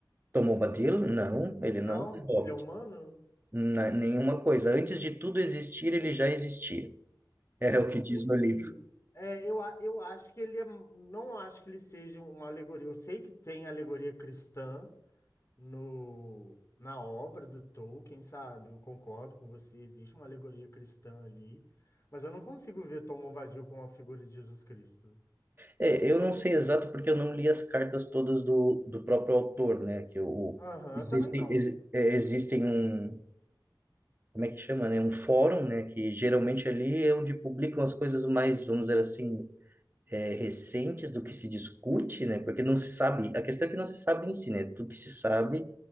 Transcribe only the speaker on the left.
Não?
Ele é humano?
Entendi.
É, eu, a- eu acho que ele é. Não acho que ele seja uma alegoria. Eu sei que tem alegoria cristã no, na obra do Tolkien, sabe? Eu concordo com você, existe uma alegoria cristã ali. Mas eu não consigo ver Tom Bombadil com a figura de Jesus Cristo.
Aham,
eu também não.